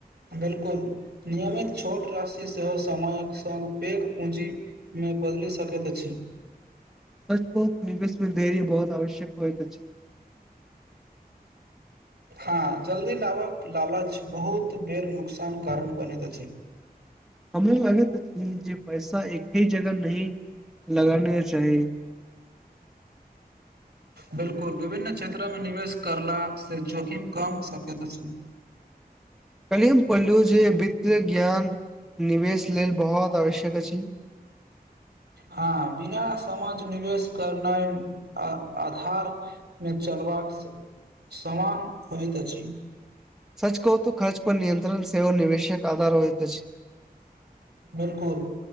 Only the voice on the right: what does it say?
बिलकुल नियमित छोट राशि सेहो समयक संग पैघ पूँजीमे बदलि सकैत अछि।
हान, जल्दी लाभक लालच बहुत बेर नुकसानक कारण बनैत अछि।
बिल्कुल, विभिन्न क्षेत्रमे निवेश करलासँ जोखिम कम क सकैत अछि।
हां, बिना समझ निवेश करनाइ अन्हारमे चलबाक समान होइत अछि।
बिलकुल,